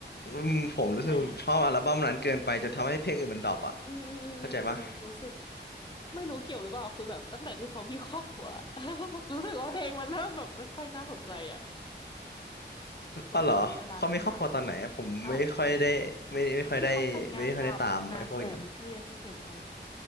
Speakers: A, on the left; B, on the left.
A: อืม
B: อืมผมรู้สึกผมชอบอัลบั้มนั้นเกินไปจนทำให้เพลงอื่นมันดรอปอ่ะ
A: ไม่ อืมอืมอืมอืมจริงรู้สึก
B: เข้าใจปะ
A: ไม่รู้เกี่ยวหรือเปล่าคือแบบตั้งแต่ที่เขามีครอบครัว <laughs> รู้สึกว่าเพลงมันเริ่มแบบไม่ค่อยน่าสนใจอ่ะสงสัยมีเวลาน้อยมั้ง
B: อ๋อเหรอเขามีครอบครัวตอนไหนอะผมไม่ค่อยได้ไม่ไม่ค่อยได้ไม่ค่อยได้ตามไอ้พวกอย่างนี้
A: อ้าวที่เขาแต่งงานกับนางแบบวิกตอเรียซีเครตไง